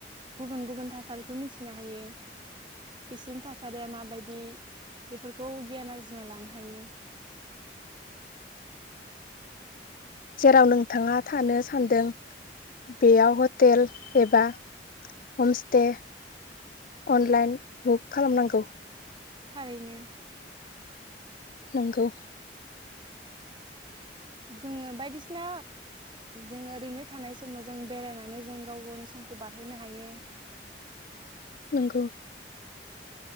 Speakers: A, on the right; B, on the left.
A: गुबुन गुबुन थासारिखौ मिथिनो हायो बिसनि थासारिया माबायदि बेफोरखौ गियान आरजिना लानो हायो।
B: जेराव नोंथाङा थानो सानदों बेयाव हटेल एबा हमस्टे अनलाइन बुक खालामनांगौ।
A: थारैनो
B: नंगौ
A: जोङो बायदिसिना जों ओरैनो थानाय समाव जों बेरायनानै जों गाव गावनि समखौ बारहोनो हायो।
B: नंगौ